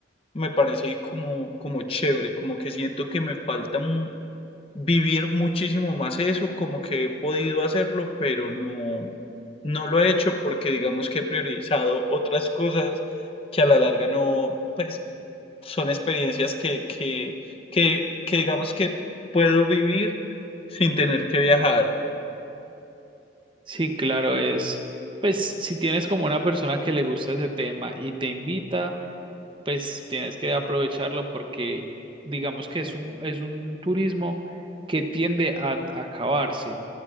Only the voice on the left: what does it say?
me parece como, como chévere, como que siento que me falta mu- vivir muchísimo más eso, como que he podido hacerlo, pero no, no lo he hecho porque digamos que he priorizado otras cosas que a la larga no, pues son experiencias que, que, que, que digamos que puedo vivir sin tener que viajar.